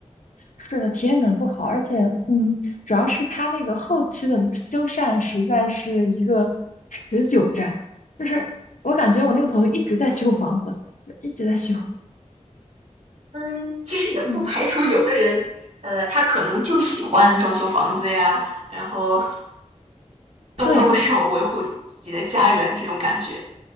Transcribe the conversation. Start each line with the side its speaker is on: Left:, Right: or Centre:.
Left: 是的，体验感不好，而且，嗯，主要是它那个后期的修缮实在是一个持久战，就是我感觉我那个朋友一直在修房子，就一直在修，
Right: 嗯，其实也不排除有的人，
Left: 嗯，
Right: 呃，他可能就喜欢装修房子呀，然后 <laughs>
Left: 对，
Right: 动手维护自己的家园这种感觉。